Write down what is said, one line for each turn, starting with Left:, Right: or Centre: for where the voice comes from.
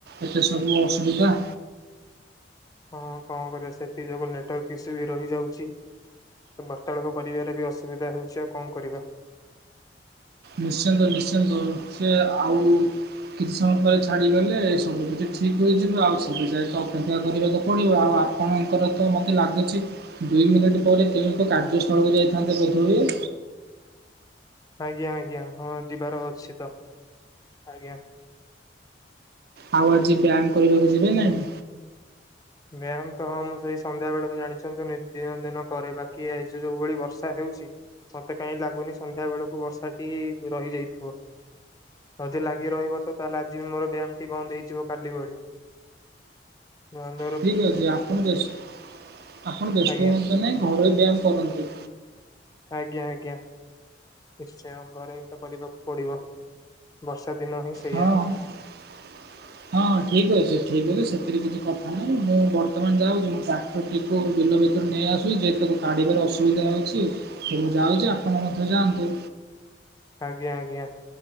Right: ଏତେ ସବୁ ଅସୁବିଧା।
Left: ହଁ କଣ କରିବା ସେଥି ଯୋଗୁ ନେଟୱାର୍କ ଇସ୍ୟୁ ବି ରହିଯାଉଛି। ବାର୍ତ୍ତାଳାପ କରିବାରେ ବି ଅସୁବିଧା ହଉଛି ଆଉ କଣ କରିବା।
Right: ନିଶ୍ଚିନ୍ତ ନିଶ୍ଚିନ୍ତ ସେ ଆଉ କିଛି ସମୟ ପରେ ଛାଡ଼ିଗଲେ ସବୁ କିିଛି ଠିକ ହୋଇଯିବ ଆଉ ସେଥି ଯାଏଁ ତ ଅପେକ୍ଷା କରିବାକୁ ପଡ଼ିବ ଆଉ ଆପଣଙ୍କର ତ ମୋତେ ଲାଗୁଛି ଦୁଇ ମିନିଟ୍ ପରେ କେଉଁ ଏକ କାର୍ଯ୍ୟସ୍ଥଳକୁ ଯାଇଥାନ୍ତେ ବୋଧହୁଏ?
Left: ଆଜ୍ଞା ଆଜ୍ଞା ହଁ ଯିବାର ଅଛି ତ ଆଜ୍ଞା।
Right: ଆଉ ଆଜି ବ୍ୟାୟାମ କରିବାକୁ ଯିବେ ନାହିଁ?
Left: ମ୍ୟାାମ ତ ହଁ ମୁଁ ସେଇ ସନ୍ଧ୍ୟା ବେଳେ ତ ଜାଣିଛନ୍ତିୁ <unintelligible> ଦିନ କରେ ବାକି ଏ ଯ ଯୋଉ ଭଳି ବର୍ଷା ହେଉଛି ମତେ କାହିଁ ଲାଗୁନି ସନ୍ଧ୍ୟା ବେଳକୁ ବର୍ଷାଟି ରହିଯାଇଥିବ। ଯଦି ଲାଗି ରହିବ ତ ତାହେଲେ ଆଜି ବି ମୋର ବ୍ୟାୟମ ଟି ବନ୍ଦ ହେଇଯିବ କାଲି ଭଳି। ହଁ।
Right: ଠିକ ଅଛି ଆପଣ ବ୍ୟସ୍ତ <unintelligible> ଆପଣ ବ୍ୟସ୍ତ
Left: ଆଜ୍ଞା
Right: ହୁଅନ୍ତୁ ନାହିଁ ଘରୋଇ ବ୍ୟାୟାମ କରନ୍ତୁ।
Left: ଆଜ୍ଞା ଆଜ୍ଞା। ନିଶ୍ଚୟ ଘରେ ହିଁ ତ କରିବାକୁ ପଡିବ। ବର୍ଷା ଦିନ ହିଁ ସେଇଆ
Right: ହଁ ହଁ ହଁ ଠିକ ଅଛି ଠିକ ଅଛି ସେଥିରେ କିଛି କଥା ନାହିଁ ମୁଁ ବର୍ତ୍ତମାନ ଯାଉଛି ମୁଁ ତ ଟିକୁ ବିଲ ଭିତରୁ ନେଇଆସୁଛି ଯେହେତୁ ତାକୁ କାଢ଼ିବାରେ ଅସୁବିଧା ହେଉଛି ତ ମୁଁ ଯାଉଛି ଆପଣ ମଧ୍ୟ ଯାଆନ୍ତୁ।
Left: ଆଜ୍ଞା ଆଜ୍ଞା